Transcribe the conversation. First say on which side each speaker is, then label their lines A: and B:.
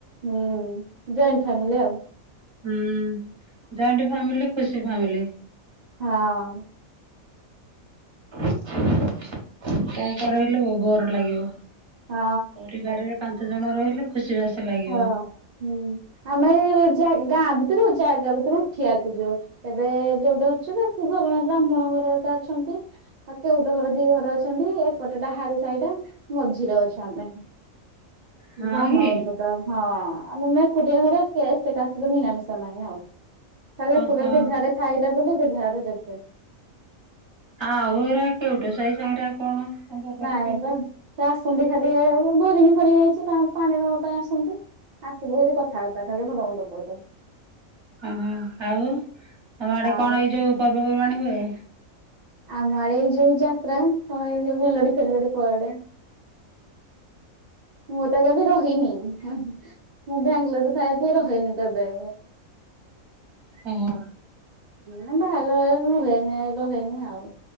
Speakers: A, on the right; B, on the right.
A: ହୁଁ ଜଏଣ୍ଟ ଫାମିଲି ଆଉ।
B: ହୁଁ ଜଏଣ୍ଟ ଫ୍ୟାମିଲି ଖୁସି ଫ୍ୟାମିଲି
A: ହଁ ଆଉ
B: <unintelligible> କା କରହଲେ ବ ବୋର ଲାଗିବ
A: ହଁ
B: ପରିବାରରେ ପାଞ୍ଚ ଜଣ ରହିଲେ ଖୁସି ବାସୀ ଲାଗିବ।
A: ହଁ ହୁଁ ଆମେ ଏଇ ଜା ଗାଁ ଭିତରୁ ଜାଗା ଭିତରୁ ଉଠି ଆସୁ ଯୋଉ ଏବେ ଯୋଉଟା ଅଛି ବେଶୀ ଘରଣା ବ୍ରାହ୍ମଣଙ୍କର ତ ଅଛନ୍ତି। ଆଉ କେ ଗୋଟେ ଘର ଦି ଘର ଅଛନ୍ତି। ପଟଟା ହାର ସାଇର ମଝିରେ ଅଛ ଆମ <unintelligible>
B: ହଁ କି?
A: ତ ହଁ ଆମେ ମାନେ ଏକୁଟିଆ ଘର ସେ ଏତେ କାସହିତ ମୀଳାମିଶା ନାହିଁ ଆଉ। ତାହେଲେ
B: ଓହୋ
A: <unintelligible> କି ଝାଡ଼େ ଖାଇଲା ବୋଲି ଯେ ଝାଡ଼େ ଗଛ।
B: ଆଉ ଏରା କେଉଠୁ ସାହି ସାଙ୍ଗରେ ଆଉ କଣ?
A: ନାଇଁ
B: ରଖିବ?
A: ବା ସେ ଆସନ୍ତି ଖାଲି ଏ ବୋରିଙ୍ଗି ଫୋରିଙ୍ଗ ଯାଇଛି କା ପାଣିର ପାଇଁ ଆସୁ ସେମିତି ଆସିଲେ ଯଦି କଥାବାର୍ତ୍ତା ଖାଲି ଭଲ ହୁଅନ୍ତୁ ବୋଉଟ
B: ଓହୋ ଆଉ ତମ ଆଡେ
A: ଆଉ
B: କଣ ଏଇ ଯୋଉ ପର୍ବପର୍ବାଣି ହୁଏ?
A: ଆମ ଆଡେ ଏଇ ଯୋଉ ଯାତ୍ରା ତମେ ଏଇ ଯୋଉ ମେଲଡି ଫେଲଡି ପଆଡେ ମୁଁ ତ କେବେ ରହିନି ମୁଁ ବାଙ୍ଗାଲୋରରେ ଥାଏ ରହିନି କେବେ?
B: ଓ ହ
A: ହଁ ବାହାର ହୁଏନି ଏବେ ହୁଏନି ଆଉ।